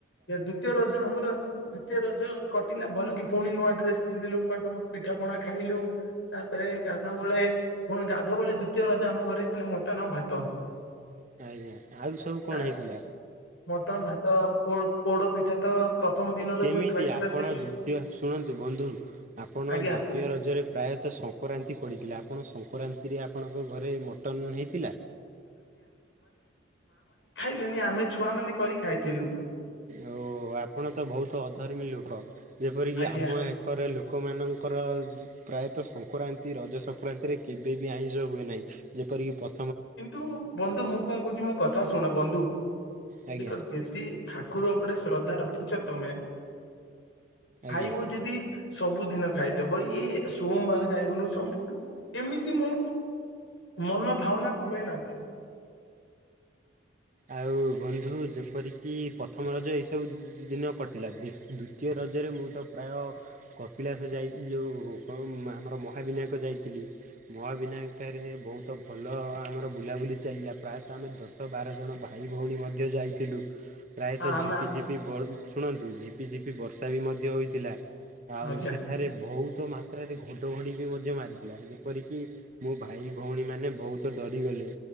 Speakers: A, on the left; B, on the right.
A: ଦୁତୀୟ ରଜ ଆମର ଦ୍ଵିତୀୟ ରଜ କଟିଲା ଭଲ କି ଫୁଣି ନୂଆ ଡ୍ରେସ୍ ପିନ୍ଧିଲୁ ଉପାଟକୁ ପିଠା ପଣା ଖାଇଲୁ, ତାପରେ ଗାଧୁଆବଳେ, ପୁଣି ଗାଧୁଆବେଳେ ଦ୍ଵିତୀୟ ରଜ ଆମ ଘରେ ହେଇଥିଲା ମଟନ୍ ଟନ ଆଉ ଭାତ।
B: ଆଜ୍ଞା ଆଉ ସବୁ କଣ
A: ଆର
B: ହେଇଥିଲା
A: ମଟନ, ଭାତ ପୋ-ପୋଡ ପିଠା ତ ପ୍ରଥମ ଦିନର
B: କେମିତି
A: ଯୋଉ ଥୁଆ ହେଇଥିଲା
B: ଆପଣ
A: ସେଇ
B: ଦ୍ଵିତୀୟ ଶୁଣନ୍ତୁ ବନ୍ଧୁ। ଆପଣ
A: ଆଜ୍ଞା
B: ଦ୍ଵିତୀୟ ରଜରେ ପ୍ରାୟତଃ ସ ସଂକରାନ୍ତି ପଡିଥିଲା। ଆପଣ ସଂକରାନ୍ତିରେ ଆପଣଙ୍କ ଘରେ ମଟନ ହେଇଥିଲା?
A: ଚାଲିଲିନି ଆମେ ଛୁଆ ମାନେ କରି ଖାଇଥିଲୁ।
B: ଆଉ ଆପଣ ତ ବହୁତ ଅଧର୍ମୀ ଲୋକ। ଯେପରିକି
A: ଆଜ୍ଞା
B: ଆମ ଏକରେ ଲୋକମାନଙ୍କୁ ର ପ୍ରାୟତଃ ସଂକରାନ୍ତି ରଜ ସଂକରାନ୍ତିରେ କେବେ ବି ଆଇଁଷ ହୁଏ ନାହିଁ। ଯେପରିକି ପ
A: କିନ୍ତୁ ବନ୍ଧୁ ମୁଁ କଣ କହୁଚି ମୋ କଥା ଶୁଣ, ବନ୍ଧୁ।
B: ଆଜ୍ଞା
A: ଦେଖ ଯେଦି ଠାକୁ ଠାକୁର ଉପରେ ଶ୍ରଦ୍ଧା ରଖିଛ ତମେ? ଖାଇବୁ
B: ଆଜ୍ଞା
A: ଯିଦି ସବୁଦିନ ଖାଇଦବ। ଇଏ ସୋମବାର ଖାଇବୁନୁ, ସଂକ ଏମିତି ମୁଁ ମନ ଭାବନା ହୁଏନା କି।
B: ଆଉ ବନ୍ଧୁ ଯେପରିକି ପ୍ରଥମ ରଜ ଏଇ ସବୁ ଦି-ଦିନ କଟିଲା। ଦି ଦୁତୀୟ ରଜରେ ମୁଁ ତ ପ୍ରାୟ କପିଳାସ ଯାଇ ଯୋଉ କଣ, ଆମର ମହାବିନା ବିନାୟକ ଯାଇଥିଲି। ମହାବିନାୟକଠାରେ ବହୁତ ଭଲ ଆମର ବୁଲାବୁଲି ଚାଲିଲା, ପ୍ରାୟ ତଃ ଆମେ, ଦଶ ବାର ଜଣ ଭାଇ ଭଉଣୀ ମଧ୍ୟ ଯାଇଥିଲୁ। ପ୍ରାୟତଃ
A: ଆମେ
B: ଝିପି ଝିପି ବର୍ ଶୁଣନ୍ତୁ ଝିପି ଝିପି ବର୍ଷା ବି ମଧ୍ୟ ହୋଇଥିଲା। ଆଉ
A: ଆଜ୍ଞା
B: ସେଠାରେ ବହୁତ ମାତ୍ରାରେ ଘଡଘଡି ବି ମଧ୍ୟ ମାରିଥିଲା। ଯେପରିକି ମୋ ଭାଇ ଭଉଣୀମାନେ ବହୁତ ଡରିଗଲେ।